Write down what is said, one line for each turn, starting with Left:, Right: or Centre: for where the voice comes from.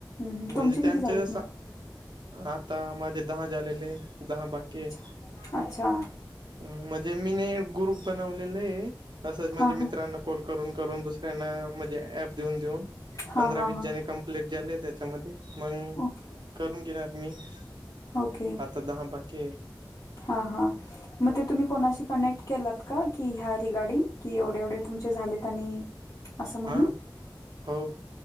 Left: हम्म.
Right: म्हणजे
Left: तुमचे किती
Right: त्यांच्या
Left: झालेत
Right: सा
Left: मग
Right: आता माझे दहा झालेले दहा बाकी ये.
Left: अच्छा अच्छा
Right: म्हणजे मीने एक ग्रुप बनवलेले ये असंच म्हणजे
Left: हा
Right: मित्रांना
Left: हा
Right: कॉल करून करून दुसऱ्यांना म्हणजे ऍप देऊन देऊन
Left: हा
Right: पंधरा
Left: हा
Right: वीस
Left: हा
Right: जणे कंप प्लेट झाले त्याच्यामध्ये मग
Left: ओके
Right: करून घेणार मी आता
Left: ओके
Right: आता दहा बाकी ये.
Left: हा हा मग ते तुम्ही कोणाशी कनेक्ट केलात का की ह्या रिगार्डिंग? कि एवढे एवढे तुमचे झालेत आणि असं म्हणून
Right: हा हो